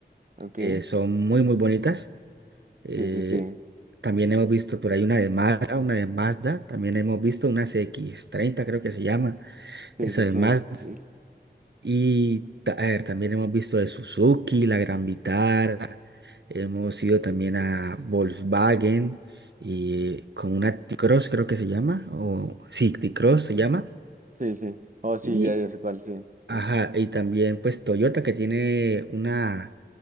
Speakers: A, on the right (about 50°); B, on the right (about 85°).
A: Ok.
B: que son muy, muy bonitas. eh,
A: Sí, sí, sí.
B: también hemos visto por ahí una de Mazda, una de Mazda. También hemos visto una cx treinta creo que se llama.
A: Sí,
B: Esa
A: sí,
B: de
A: sí.
B: Mazda.
A: Sí,
B: Y ta- a ver, también hemos visto de Suzuki, la Gran Vitara, hemos ido también a Volkswagen y con una T-Cross creo que se llama, o sí, T-Cross se llama.
A: sí. sí. Oh, sí,
B: Y,
A: ya, ya sé cuál, sí.
B: ajá,
A: Ajá.
B: y también pues Toyota que tiene una,